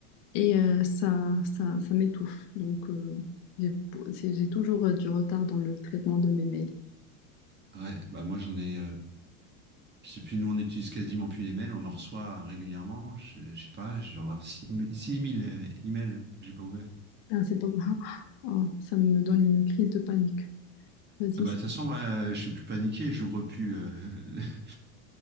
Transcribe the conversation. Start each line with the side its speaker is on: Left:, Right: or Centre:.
Left: et euh, ça, ça, ça m'étouffe. Donc euh, j'ai c'est- j'ai toujours euh, du retard dans le traitement de mes mails.
Right: ouais, bah, moi j'en ai, euh, je sais plus, nous on n'utilise quasiment plus les mails, on en reçoit régulièrement. Je, je sais pas, je dois avoir 6000 emails que j'ai pas ouverts.
Left: Ah, c'est pas grave. <laughs> Oh, ça me donne une crise de panique. Vas-y.
Right: Ah Bah, de toute façon, moi, je suis plus paniqué, j'ouvre plus. euh, <laughs>